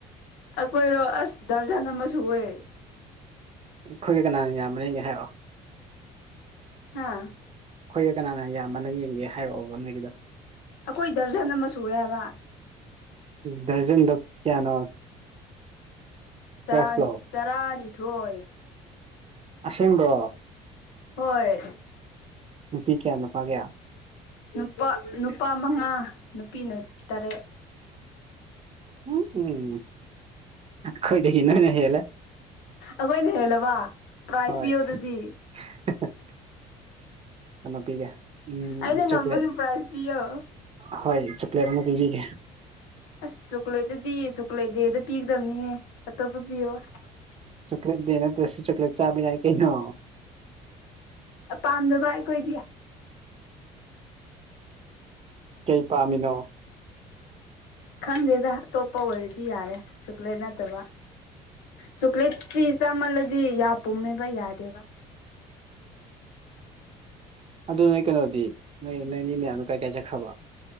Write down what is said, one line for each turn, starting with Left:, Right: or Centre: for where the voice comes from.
Left: ꯑꯩꯈꯣꯏꯔꯣ ꯑꯁ ꯗꯥꯔꯖꯟ ꯑꯃꯁ ꯁꯋꯦ
Right: ꯑꯩꯈꯣꯏꯒꯤ ꯀꯅꯥꯅ ꯌꯥꯝꯕꯅꯒꯦ ꯍꯥꯏꯔꯛꯑꯣ
Left: ꯍꯥꯥ
Right: ꯈꯣꯏꯒ ꯀꯅꯥꯅ ꯌꯥꯝꯕꯅ ꯌꯦꯡꯒꯦ ꯍꯥꯏꯔꯛꯑꯣꯕ ꯅꯣꯏꯒꯤꯗꯣ
Left: ꯑꯩꯈꯣꯏ ꯗꯔꯖꯟ ꯑꯃ ꯁꯨꯔꯦ ꯍꯥꯏꯕ
Right: ꯗꯔꯖꯟꯗ ꯀꯌꯥꯅꯣ
Left: ꯇꯔꯥ
Right: ꯇꯨꯋꯦꯜꯐꯂꯣ
Left: ꯇꯔꯥꯅꯤꯊꯣꯏ
Right: ꯑꯁꯦꯡꯕꯣ
Left: ꯍꯣꯏ
Right: ꯅꯨꯄꯤ ꯀꯌꯥ ꯅꯨꯄꯥ ꯀꯌꯥ
Left: ꯅꯨꯄꯥ ꯅꯨꯄꯥ ꯃꯉꯥ ꯅꯨꯄꯤꯅ ꯇꯔꯦꯠ
Right: ꯎꯝ ꯎꯝ ꯈꯣꯏꯗꯩꯗꯤ ꯅꯪꯅ ꯍꯦꯜꯂꯦ
Left: ꯑꯩꯈꯣꯏꯅ ꯍꯦꯜꯂꯕ ꯄ꯭ꯔꯥꯏꯖ
Right: ꯍꯣꯏ
Left: ꯄꯤꯌꯣ ꯑꯗꯨꯗꯤ
Right: <inaudible> ꯀꯩꯅꯣ ꯄꯤꯒꯦ ꯎ
Left: ꯑꯩꯅ
Right: ꯆꯣꯀ꯭ꯂꯦꯠ
Left: ꯉꯝꯕꯒꯤ ꯄ꯭ꯔꯥꯏꯖ ꯄꯤꯌꯣ
Right: ꯍꯣꯏ ꯆꯣꯀ꯭ꯂꯦꯠ ꯑꯃ ꯄꯤꯕꯤꯒꯦ
Left: ꯑꯁ ꯆꯣꯀ꯭ꯂꯦꯠꯇꯗꯤ ꯆꯣꯀ꯭ꯂꯦꯠ ꯗꯦꯗ ꯄꯤꯒꯗꯕꯅꯤꯌꯦ ꯑꯇꯣꯞꯄ ꯄꯤꯌꯣ ꯑꯁ
Right: ꯆꯣꯀ꯭ꯂꯦꯠꯇꯗꯤ ꯅꯠꯇ꯭ꯔꯁꯨ ꯆꯣꯀ꯭ꯂꯦꯠ ꯆꯥꯕ ꯌꯥꯏ ꯀꯩꯅꯣ
Left: ꯄꯥꯝꯗꯕ ꯑꯩꯈꯣꯏꯗꯤ
Right: ꯀꯩ ꯄꯥꯝꯃꯤꯅꯣ
Left: ꯈꯪꯗꯦꯗ ꯑꯇꯣꯞꯄ ꯑꯣꯏꯔꯗꯤ ꯌꯥꯔꯦ ꯆꯣꯀ꯭ꯂꯦꯠ ꯅꯠꯇꯕ ꯁꯨꯛꯂꯤ ꯐꯤ ꯆꯥꯃꯜꯂꯗꯤ ꯌꯥꯝ ꯄꯨꯝꯃꯦꯕ ꯌꯥꯗꯦꯕ
Right: ꯑꯗꯨ ꯅꯣꯏ ꯀꯩꯅꯣꯗꯤ ꯅꯣꯏ ꯅꯣꯏ ꯃꯤ ꯃꯌꯥꯝꯅꯣ ꯀꯥꯏ ꯀꯥꯏ ꯆꯈ꯭ꯔꯕ